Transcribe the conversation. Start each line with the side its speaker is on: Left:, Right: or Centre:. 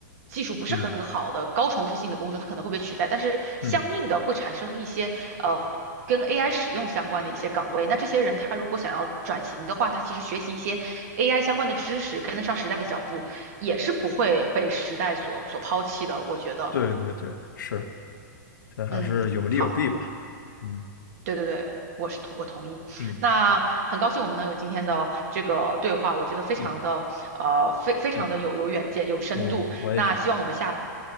Right: 技术不是很好的高重复性的工作，
Left: 嗯
Right: 它可能会被取代，但是相应的会产生一些呃跟
Left: 嗯，
Right: AI 使用相关的一些岗位。那这些人他如果想要转型的话，他其实学习一些 AI 相关的知识，跟得上时代的脚步，也是不会被时代所所抛弃的。我觉得，
Left: 对对对，是，这还是有利有弊吧，
Right: 嗯，好，
Left: 嗯
Right: 对对对。我是同我同意，
Left: 嗯，
Right: 那很高兴我们能有今天的这个对话，
Left: 好，
Right: 我觉得非常的呃非非常的有有远见有深度。
Left: 嗯，我嗯，我也觉得，
Right: 那希望我们下